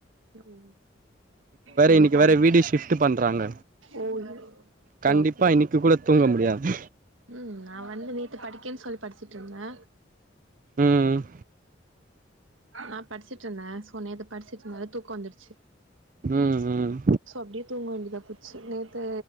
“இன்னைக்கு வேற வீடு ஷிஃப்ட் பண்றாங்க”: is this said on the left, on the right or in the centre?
Right